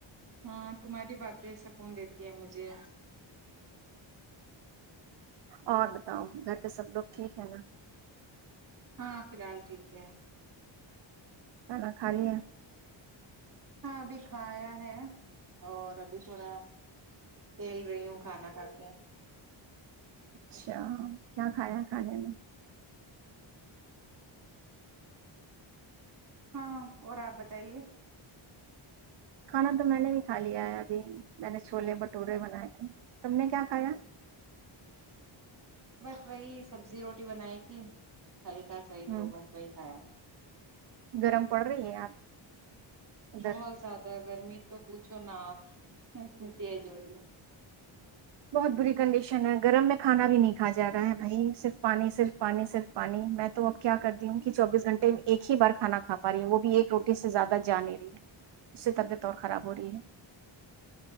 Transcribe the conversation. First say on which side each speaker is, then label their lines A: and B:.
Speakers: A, on the right; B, on the right.
A: ہاں تمہاری باتیں سکون دیتی ہے مجھے
B: اور بتاؤ گھر پہ سب لوگ ٹھیک ہے نا
A: ہاں فی الحال ٹھیک ہے
B: ک نا خالی ہے
A: ہاں ابھی کھایا ہے اور ابھی تھوڑا کھیل رہی ہوں کھانا کھا کے
B: جچ اچھا کیا کھایا کھانے میں
A: ہاں اور آپ بتائیے
B: کھانا تو میں نے بھی کھا لیا ہے ابھی میں نے چھوولے بھٹورے بنائے تھے تم نے کیا کھایا
A: بس وہی سبزی روٹی بنائی تھی ہلکا صحی
B: ہ
A: تو بس وہی کھیا
B: گرم پڑ رہی ہے آپ ادھر
A: بہت زیادہ گرمی تو پوچھو نا آپ اتنی تیز ہو رہی ہے
B: بہت بری کنڈیشن ہے گرم میں کھانا بھی نہیں دکھا جا رہا ہے بھائی صرف پانی صرف پانی صرف پانی میں تو اب کیا کرتی ہوں کہ چوبیس گھنٹے میں ایک ہی بار کھانا کھا پا رہی ہ وہ بھی ایک روٹی سے زیادہ جا نہیں رہی ہے اس سے طبیعت اور خراب ہو رہی ہے